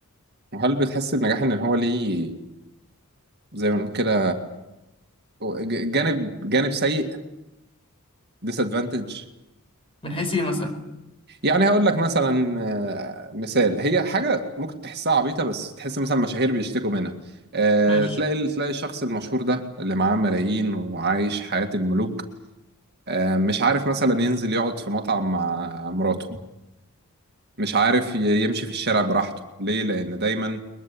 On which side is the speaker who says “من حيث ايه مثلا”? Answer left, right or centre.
Left